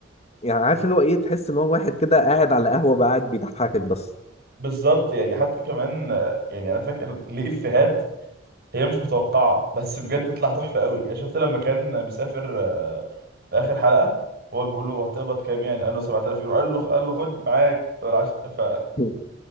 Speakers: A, on the left; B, on the right.
A: يعني عارف اللي هو ايه تحس ان هو واحد كده قاعد على قهوة بقى قاعد بيضحكك بس
B: بالظبط يعني حتى كمان آه، يعني انا فاكر ليه إفيهات هي مش متوقعة بس بجد تطلع تحفة قوي يعني شفت لما كان مسافر آه، في آخر حلقة هو بيقول له هتقبض كام يعني قال له 7000 يورو قال له قال له خد معاك فالعش- ف
A: <laughs>